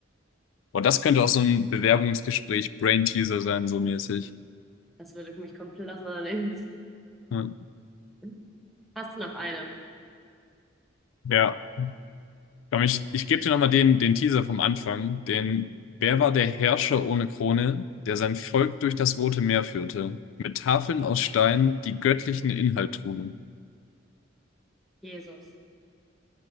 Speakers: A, on the left; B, in the centre.
A: Boah, das könnte auch so ein Bewerbungsgespräch, Brain-Teaser sein, so mäßig.
B: Das würde mich komplett auseinandernehmen.
A: Ja,
B: <laughs> Hast du noch eine?
A: ja. Komm, ich, ich gebe dir nochmal den, den Teaser vom Anfang. Den, wer war der Herrscher ohne Krone, der sein Volk durch das Rote Meer führte, mit Tafeln aus Stein, die göttlichen Inhalt trugen?
B: Jesus.